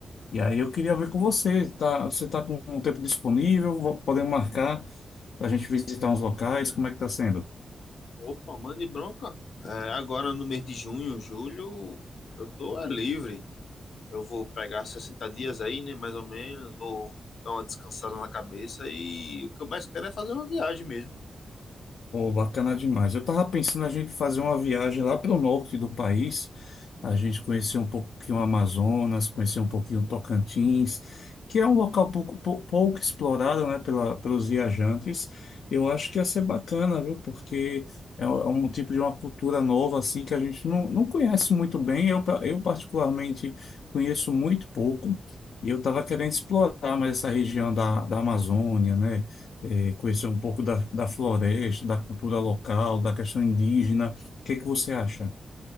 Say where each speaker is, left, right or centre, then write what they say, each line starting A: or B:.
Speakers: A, on the left; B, on the left.
A: E aí eu queria ver com
B: Ih,
A: você. Tá, você tá com um tempo disponível? Vo- Podemos marcar para a gente visitar uns locais? Como é que tá sendo?
B: Opa, mande bronca. É, agora no mês de junho, julho, eu tô é, livre. Eu vou pegar 60 dias aí, né? Mais ou menos. Vou dar uma descansada na cabeça. E o que eu mais quero é fazer uma viagem mesmo.
A: Pô, bacana demais. Eu tava pensando a gente fazer uma viagem lá pelo norte do país, a gente conhecer um pouquinho o Amazonas, conhecer um pouquinho o Tocantins, que é um local pouco, pou- pouco explorado, né, pela, pelos viajantes. Eu acho que ia ser bacana, viu? Porque é um é um tipo de uma cultura nova, assim, que a gente não, não conhece muito bem. Eu, pa- eu particularmente, conheço muito pouco. E eu estava querendo explorar mais essa região da, da Amazônia, né? eh, conhecer um pouco da, da floresta, da cultura local, da questão indígena. O que é que você acha?